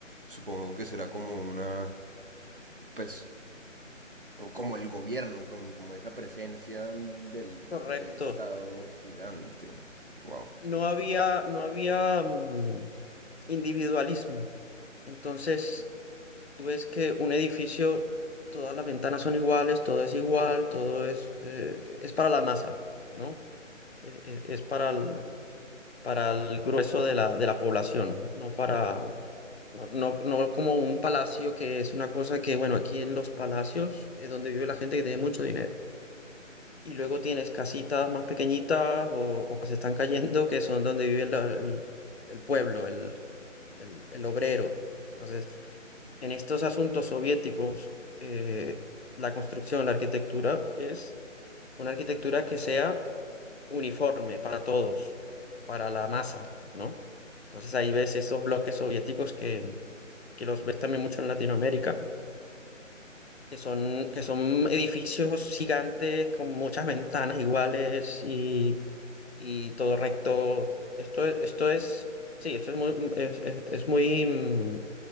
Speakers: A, on the right (about 45°); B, on the left (about 55°).
A: supongo que será como una, pues, como el gobierno, como, como esa presencia del,
B: correcto.
A: del Estado gigante. Wow.
B: No había, no había mm, individualismo. Entonces, tú ves que un edificio, todas las ventanas son iguales, todo es igual, todo es, eh, es para la masa, ¿no? E- e- Es, para el, para el grueso de la, de la población, no para, no, no, no como un palacio que es una cosa que, bueno, aquí en los palacios es donde vive la gente que tiene mucho dinero. Y luego tienes casitas más pequeñitas o, o que se están cayendo, que son donde vive la- el, el pueblo, el, el el obrero. Entonces, en estos asuntos soviéticos, eh, la construcción, la arquitectura es una arquitectura que sea uniforme para todos, para la masa, ¿no? Entonces ahí ves esos bloques soviéticos que, que los ves también mucho en Latinoamérica, que son, que son edificios gigantes con muchas ventanas iguales y, y todo recto. Esto, es- esto es, sí, esto es muy, es, es- es muy, mm,